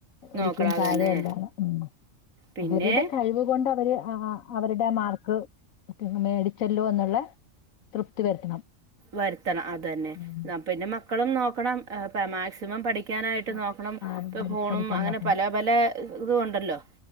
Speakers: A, on the left (about 80°); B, on the right (about 80°).
A: ഒരിക്കലും
B: നോക്കണത്
A: താഴെ
B: തന്നെ
A: അല്ലാതെ ഉം
B: പിന്നെ
A: അവരുടെ കഴിവ് കൊണ്ട് അവര് അ ആഹ് അവരുടെ ആ മാർക്ക് മേടിച്ചല്ലോ എന്നുള്ള തൃപ്തി വരുത്തണം.
B: വരുത്തണം അതെന്നെ
A: ഉം.
B: പിന്നെ മക്കളും നോക്കണം മാക്സിമം പഠി ക്കാനായിട്ട്
A: ആ-
B: നോക്കണം
A: ആ,
B: ഇപ്പൊ
A: പഠി-
B: ഫോണും
A: പഠിക്കാൻ
B: അങ്ങനെ
A: നോക്കണം
B: പല പല ഇതൂണ്ടല്ലോ